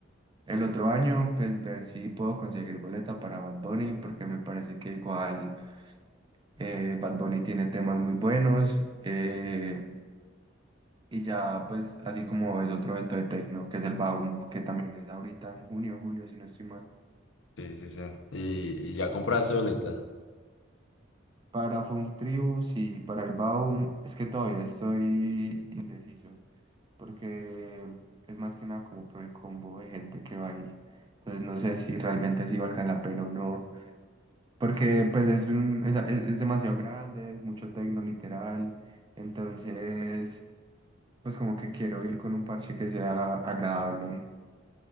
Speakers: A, on the right; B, on the left.
A: El otro año, pues ver si puedo conseguir boleta para Bad Bunny, porque me parece que igual eh, Bad Bunny tiene temas muy buenos. eh, y ya, pues así como es otro evento de techno, que es el Baum, que también es ahorita en junio, julio, si no estoy mal.
B: Sí, sí, sí. Y, y ya compraste boleta.
A: Para Funtribus y para el Baum, es que todavía estoy indeciso, porque es más que nada como por el combo de gente que va a ir. Entonces no sé si realmente así valga la pena o no, porque pues es, un, es, es- es demasiado grande, es mucho tecno literal, entonces pues como que quiero ir con un parche que sea agradable.